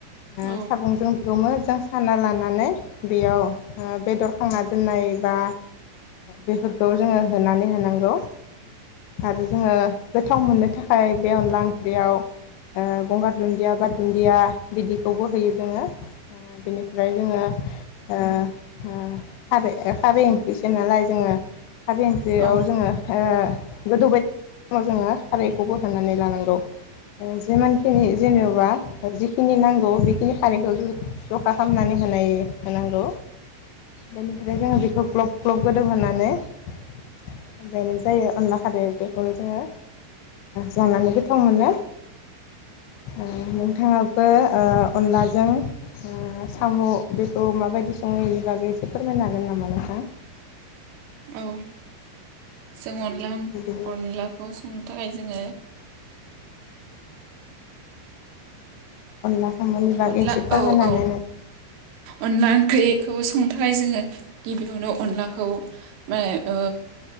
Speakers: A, on the left; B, on the right.
A: ओ
B: औ
A: सागंजों बिखौ मोज जों साना लानानै बेयाव ओ बेदर खांना दोननायबा। बेफोरखौ जोङो होनानै होनांगौ आरो जोङो। गोथाव मोननो थाखाय बे अनला ओंख्रियाव ओ गंगार दुन्दिया बा दुन्दिया दुन्दिया बिदिखौबो होयो जोङो ओ बिनिफ्राय जोङो ओ खार खारै ओंख्रैसो नालाय जोङो आरो ओंख्रियाव
B: औ
A: जोङो गोदौबायाय थानाय समाव जोङो खारैखौ बो होनानै लानांगौ जिमान खिनि <unintelligible> सोरा जिखिनि नांगौ बेखिनि खारैखौ जखा खालामनानै होनाय होनांगौ बेनिफ्राय जोङो बेखौ ग्लब ग्लब गोदौ। होनानै। ओफ्रायनो जायो अनला बेखौनो जोङो जानानै गोथाव मोनो। ओ। नोंथाङाबो अनलाजों साम बेखौ माबायदि सङोनिबागै एसे फोरमायनो हागोन नामा नोंथां।
B: औ। जों अनला
A: बिदिब्ला
B: अनलाखौ संनो थाखाय जोङो।
A: अनला सोंनायनि बागै
B: अनला
A: एसे फोरमायनाय
B: औ औ अनला ओंख्रिखौ संनो थाखाय जोङो गिबियावनो अनलाखौ मे ओ।